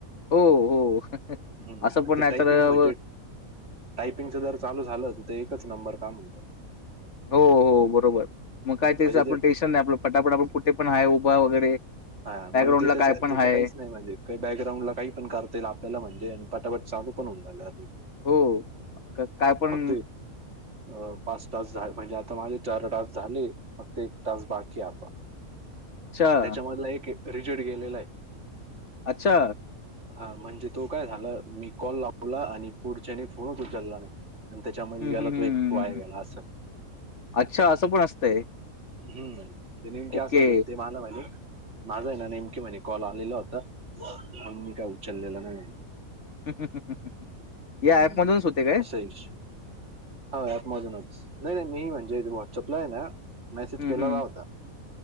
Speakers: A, on the left; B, on the right.
A: हो, हो.
B: हम्म
A: असं पण
B: ते
A: नाही
B: टायपिंग
A: तर
B: म्हणजे
A: व
B: टायपिंगच जर चालू झालं तर तर एकच नंबर काम होईल.
A: हो हो बरोबर मग काय त्याच
B: म्हणजे
A: आपलं
B: ते
A: टेन्शन नाही आपलं फटाफट आपण कुठे पण आहे उभा वगैरे.
B: हा
A: बॅकग्राऊंडला
B: मग ते त्याच
A: काय
B: त्याच
A: पण आहे.
B: काहीच नाही म्हणजे काही बॅकग्राउंडला काही पण कर आपल्याला म्हणजे पटापट चालू पण होऊ रायल अबि.
A: हो काय पण.
B: एक, अ पाच टास्क झा म्हणजे आता माझे चार तास झाले फक्त एक टास्क बाकी आता.
A: अच्छा,
B: त्याच्यामधला एक रिजट गेलेला आहे.
A: अच्छा.
B: हा म्हणजे तो काय झाला मी कॉल लावला आणि पुढच्याने फोनच उचलला नाही. आणि त्याच्यामध्ये
A: हं,
B: गेला
A: हं, हं,
B: तो एक वाया
A: हं.
B: गेला असं.
A: अच्छा असं पण असतंय.
B: हम्म ते नेमके
A: ओके.
B: असं होतं ते मला म्हणे माझा आहे ना नेमके म्हणे कॉल आलेला होता मण मी काय उचललेलं नाही.
A: <unintelligible> या
B: हम्म
A: ॲपमधूनच होते काय?
B: अस हीच. हा आतमजूनच नाही नाही मी म्हणजे व्हॉट्सअपला आहे ना मेसेज
A: हम्म
B: केलेला
A: हम्म
B: होता